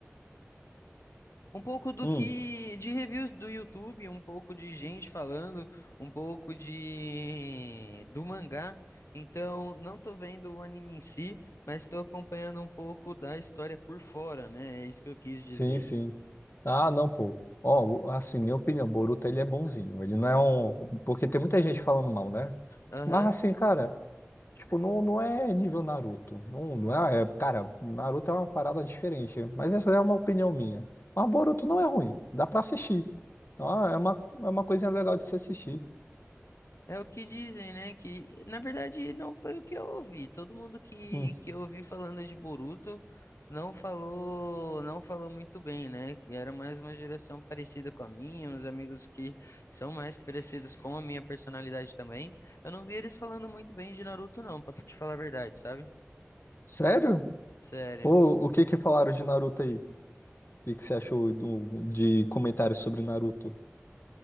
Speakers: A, on the left; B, on the left.
A: um pouco do
B: Hum.
A: que de reviews do YouTube, um pouco de gente falando, um pouco de do mangá. Então, não tô vendo o anime em si, mas tô acompanhando um pouco da história por fora, né? É isso que eu quis dizer.
B: Sim, sim. Ah, não, pô. Ó, o- assim, minha opinião, o Boruto ele é bonzinho. Ele não é um. Porque tem muita gente falando mal, né?
A: Aham.
B: Mas assim, cara, tipo, não, não é nível Naruto. Não, não é, é- Cara, Naruto é uma parada diferente. Mas essa é uma opinião minha. Mas Boruto não é ruim. Dá pra assistir. Ah, é uma, é uma coisinha legal de se assistir.
A: É o que dizem, né? Que na verdade não foi o que eu ouvi. Todo mundo que,
B: Hum.
A: que eu ouvi falando de Boruto não falou, não falou muito bem, né? E Era mais uma geração parecida com a minha, uns amigos que são mais parecidos com a minha personalidade também. Eu não vi eles falando muito bem de Naruto, não, pra te falar a verdade, sabe?
B: Sério?
A: Sério.
B: Ou o que que falaram de Naruto aí? O que que você achou do- de comentários sobre Naruto?